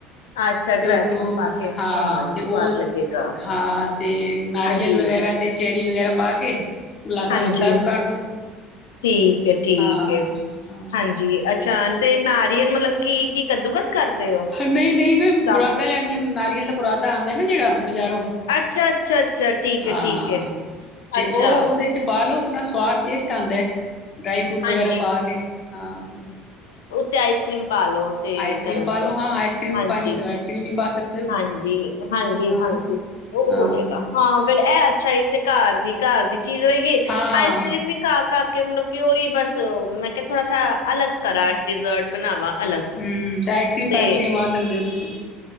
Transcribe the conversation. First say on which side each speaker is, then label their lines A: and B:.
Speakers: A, on the left (about 75°); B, on the left (about 40°).
A: ਅੱਛਾ ਡਰਾਈ
B: ਤੇ ਉਤੋਂ
A: ਫਰੂਟ ਪਾ ਕੇ
B: ਹਾਂ ਤੇ
A: ਸਵਾਦ
B: ਉਹ
A: ਲੱਗੇਗਾ
B: ਹਾਂ ਤੇ ਨਾਰੀਅਲ
A: ਹਾਂਜੀ।
B: ਵਗੈਰਾ ਤੇ ਚੈਰੀ ਵਗੈਰਾ ਪਾ ਕੇ ਗਲਾਸਾਂ
A: ਹਾਂਜੀ
B: ਵਿੱਚ ਸਰਵ ਕਰ ਦੋ
A: ਠੀਕ ਹੈ ਠੀਕ
B: ਹਾਂ
A: ਹੈ
B: ਹਾਂ
A: ਹਾਂਜੀ ਅ ਅੱਛਾ ਤੇ ਨਾਰੀਅਲ ਮਤਲਬ ਕੀ ਕੱਦੂਕਸ ਕਰਦੇ ਹੋ?
B: ਨਹੀਂ ਨਹੀਂ
A: ਸਭ।
B: ਮੈਂ ਬੁਰਾਦਾ ਲਿਆਦੀ ਹਾਂ ਨਾ ਬਰਾਦਾ ਆਉਂਦਾ ਹੈ ਨਾ ਜਿਹੜਾ ਬਜ਼ਾਰੋਂ
A: ਅੱਛਾ ਅੱਛਾ ਅੱਛਾ ਠੀਕ
B: ਹਾਂ
A: ਹੈ, ਠੀਕ ਹੈ
B: ਤੇ
A: ਅੱਛਾ
B: ਉਹ ਉਹਦੇ ਚ ਪਾ ਲੋ ਆਪਣਾ ਸਵਾਦ ਟੇਸਟ ਆਉਂਦਾ ਹੈ ਡਰਾਈ ਫਰੂਟ
A: ਹਾਂਜੀ।
B: ਵਗੈਰਾ ਪਾ ਕੇ ਹਾਂ
A: ਤੇ ਆਈਸ ਕਰ੍ਰੀਮ ਪਾਲੋ ਤੇ
B: ਆਈਸ ਕਰ੍ਰੀਮ
A: ਜਰਾ
B: ਪਾ
A: ਸ
B: ਲੋ ਹਾਂ ਆਈਸ ਕਰ੍ਰੀਮ
A: ਹਾਂਜੀ
B: ਪਾਣੀ ਤਾਂ ਆਈਸ ਕਰ੍ਰੀਮ ਵੀ ਪਾ ਸਕਦੇ ਹੋ
A: ਹਾਂਜੀ ਹਾਂਜੀ
B: ਹਾਂ
A: ਹਾਂਜੀ ਉਹ
B: ਹਾਂ
A: ਹੋ ਜਾਏਗਾ ਹਾਂ ਫਿਰ ਇਹ ਅੱਛਾ ਇੱਕ ਤੇ ਘਰ ਦੀ ਘਰ ਦੀ ਚੀਜ਼ ਰਹੀਗੀ
B: ਹਾਂ
A: ਆਈਸ ਕਰ੍ਰੀਮ ਵੀ ਖਾ -ਖਾ ਕੇ ਕਿਨੂੰ ਕਿਓ ਹੀ ਬਸ, ਮੈਂ ਕਿਹਾ ਥੋੜਾ ਸ ਅਲੱਗ ਕਰਾ। ਡਿਜ਼ਰਟ ਬਣਾਵਾ। ਅਲੱਗ
B: <unintelligible> ਘਰ
A: ਤੇ
B: ਵੀ ਜਮਾ ਸਕਦੇ ਹੋ ਤੁਸੀਂ